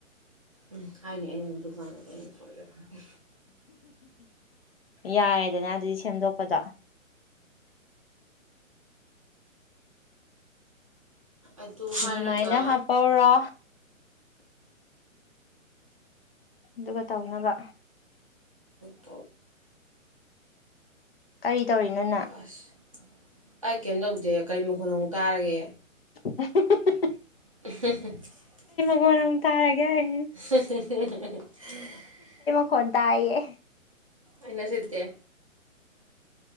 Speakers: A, on the right; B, on the left.
A: ꯎꯝ ꯍꯥꯏꯅꯤ ꯑ ꯗꯨꯀꯥꯟꯗꯗꯤ ꯑꯩꯅ ꯊꯣꯛꯖꯔꯅꯤ
B: ꯌꯥꯔꯦꯗꯅ ꯑꯗꯨꯗꯤ ꯁꯦꯝꯗꯣꯛꯄꯗꯣ <inaudible>
A: ꯑꯗꯨ
B: ꯑꯗꯨꯃꯥꯏꯅ
A: ꯍꯥꯏꯔꯒ
B: ꯍꯥꯞꯄꯧꯔꯥ ꯑꯗꯨꯒ ꯇꯧꯅꯕ
A: ꯎꯝ
B: ꯀꯔꯤ ꯇꯧꯔꯤꯅꯣ ꯅꯪ
A: ꯑꯁ ꯑꯩ ꯀꯔꯤꯝ ꯇꯧꯗꯦ ꯀꯔꯤ ꯃꯈꯣ ꯑꯃꯨꯛ ꯇꯥꯔꯒꯦ
B: <unintelligible>
A: <unintelligible>
B: ꯃꯅꯝ ꯇꯥꯔꯒꯦ
A: <unintelligible>
B: ꯈꯣꯜꯇꯏꯌꯦ
A: ꯑꯟꯅ ꯁꯦꯠꯇꯦ